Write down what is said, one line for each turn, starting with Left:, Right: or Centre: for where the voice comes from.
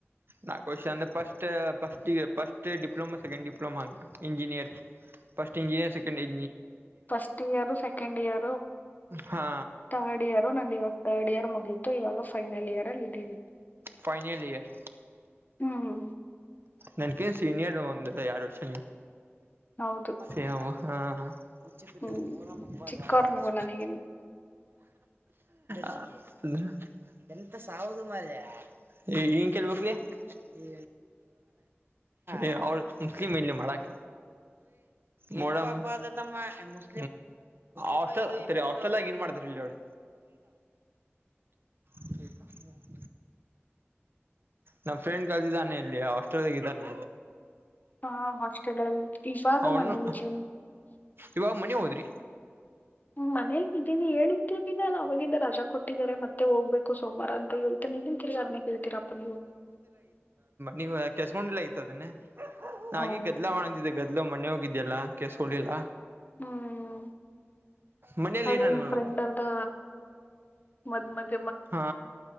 Right: ನಾ ಕ ಅಂದೆ ಫಸ್ಟ್ಫಸ್ ಫಸ್ಟ್ ಡಿಪ್ಲೋಮಾ ಸೆಕೆಂಡ್ ಡಿಪ್ಲೋಮಾ ಅಂತ engineer first engineer ಸೆಂಡ್ಂಜಿಯ
Left: first year second year
Right: ಹಾ
Left: ತರ್ಡ್ ಇಯರು ನ ದಿವಸ್ ರ್ಡ್ ಇಯರ್ ಮುಗೀತು ಇವಾಗ ಫೈನಲ್ ಇಯರ್ ಅಲ್ಲಿ ಇದೀತ್ತು
Right: ಫನಲ್ ರ್
Left: ಹ್ಮ್
Right: ನನ್ಕೇನ್ ಸೀನಿಯರ್ ಒಂದು ಎರಡು ವರ್ಷ
Left: ಹೌದು
Right: ನೀವು ಹ ಮುಚ್ಚೆಪುರಿ
Left: ಹ್ಮ್
Right: ಇವತ್ತು ಮೂರಾಮ್ ಹಬ್ಬ
Left: ಚಿಕ್ಕವ್ರು
Right: ಅ ಎಂತ
Left: ನೀವು
Right: ಸುಕ್ಷ
Left: ನನಗೆ
Right: ಅ ಎಂತ ಸಾವದು ಮರ ಹನ್ ಕೇಳ್ಬೇಕಕ್ವತ್ತು ರ ಎ ಅವ ಮುಸ್ಲಿಮಂ ಇಲ್ಲಿ ಮಾಡಕ ಮ್ಮಸ್ ಆಸ್ಟ್ರೇಲಿಯ ಮಾಡ <unintelligible> ನಮ್ಮ್ ಫ್ರೆಂಡ್ ಕಲ್ದಿದ್ದಾನೆ ಇಲ್ಲಿ ಹಾಸ್ಟೆಲ್ದಾಗಿದ್ದಾನೆ
Left: ಹಾ ಹಾಸ್ಟೆಟಲ್ ಇವಾಗ
Right: ಅವನು
Left: ಮನೇಲಿಿದ್ದನೆ
Right: ಇವಾಗ ಮನಿ ಹೋದ್ರಿ
Left: ಹ್ಮ್ ಮನೇಲಿ ಇದೀನಿ ಹೇಳತ್ತಿದ್ದನಲ್ಲ ಅವವಾಗಿಂದ ರಜಾ ಕೊಟ್ಟಿದ್ದಾರೆ ಮತ್ತೆ ಹೋಗ್ಬೇಕು ಸೋಮವಾರ ಅಂತ ಹೇಳ್ತ ನಿನ್ ತಿರ್ಗಿ ಆಗ್ನೆಕ್ ಹೇಳ್ತೀರಪ್ಪ ನೀವು
Right: ನೀವು ಕೆಸ್ಕೊಂಡ್ಲ ದನ್ನೇ ಹಾಗೆ
Left: ಓ
Right: ಗದ್ಲ ಮಾಡಂತಿದ್ದ ಗದಲು ಮನೆ ಹೋಗಿದ್ದ್ಯಲ್ಲಾ ಕೆಸಕಳಿಲ್ಲ
Left: ಹ್ಮ್
Right: ಮನೇಲಿ
Left: ಆದ್ರೆ
Right: ಏನನಲ್ವಾ
Left: ನಿಮ್ ಫ್ರೆಂಡ್ ಅವದ ಮದ್ ಮ
Right: ಹಾ